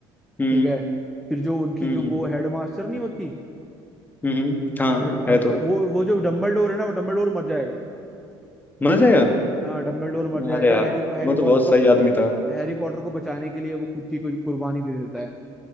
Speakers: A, on the left; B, in the centre.
A: हम्म
B: ठीक है फिर जो उनकी
A: हम्म
B: जो वो हेडमास्टर नहीं होती
A: हम्म, हम्म, हाँ
B: हेडमास्टर
A: है तो
B: वो वो जो डम्बलडोर है ना वो डम्बलडोर मर जाएगा
A: मजा आएगा
B: हाँ डम्बलडोर मर जाएगा
A: अरे यार
B: हैरी हैरी
A: वो तो
B: पॉटर
A: बहुत
B: को
A: सही आदमी था
B: हैरी पॉटर को बचाने के लिए वो खुद की कुर- कुर्बानी दे देता है